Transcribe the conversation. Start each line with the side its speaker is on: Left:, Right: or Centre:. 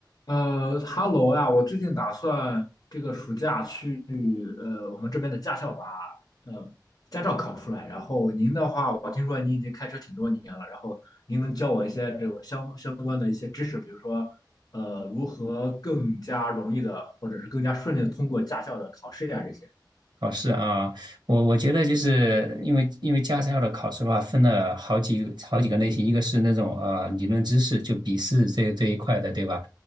Left: 呃哈喽呀，我最近打算这个暑假去呃我们这边的驾校把呃驾照考出来。然后您的话，我听说您已经开车挺多年了，然后您能教我一些这种相相关的一些知识，比如说呃如何更加容易的或者是更加顺利的通过驾校的考试呀、这些。
Right: 考试啊，我我觉得就是因为因为驾校的考试的话，分了好几好几个类型，一个是那种呃理论知识，就笔试这这一块的，对吧？